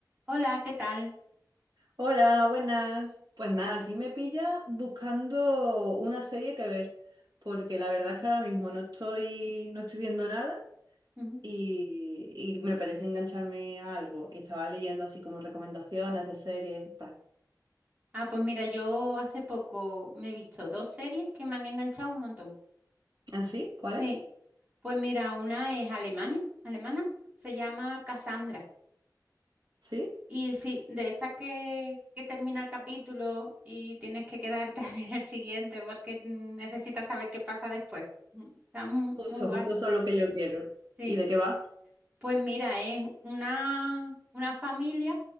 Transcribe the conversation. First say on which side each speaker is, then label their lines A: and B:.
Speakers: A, on the right; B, on the right.
A: Hola, ¿qué tal?
B: Hola, buenas. Pues nada, aquí me pilla buscando una serie que ver, porque la verdad
A: Mm,
B: es que ahora mismo no estoy, no estoy viendo nada
A: ujú.
B: y, y me parece engancharme a algo. Y estaba leyendo así como recomendaciones de series y tal.
A: Ah, pues mira, yo hace poco me he visto dos series que me han enganchado un montón.
B: ¿Ah, sí? ¿Cuáles?
A: Sí, pues mira, una es Alemania, alemana, se llama Cassandra.
B: Sí.
A: Y sí, de estas que, que termina el capítulo y tienes que quedarte <laughs> a ver el siguiente porque mm, necesitas saber qué pasa después. Mm, Está mu-
B: Justo,
A: muy, guay.
B: justo eso es lo que yo quiero.
A: Sí,
B: ¿Y de qué va?
A: Pues mira, es una, una familia